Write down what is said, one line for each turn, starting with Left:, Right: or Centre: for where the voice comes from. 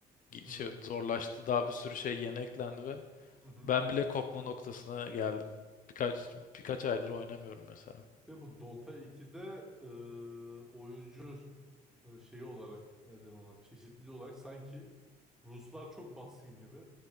Left: gi-
Centre: hı
Left: şey,
Centre: hı.
Left: zorlaştı. Daha bir sürü şey yeni eklendi ve
Centre: hı.
Left: ben bile kopma noktasına geldim. Birkaç birkaç aydır oynamıyorum mesela.
Centre: Ve bu Dota 2'de e, oyuncu e, şeyi olarak neden ona çeşitli olarak sanki Ruslar çok baskın gibi.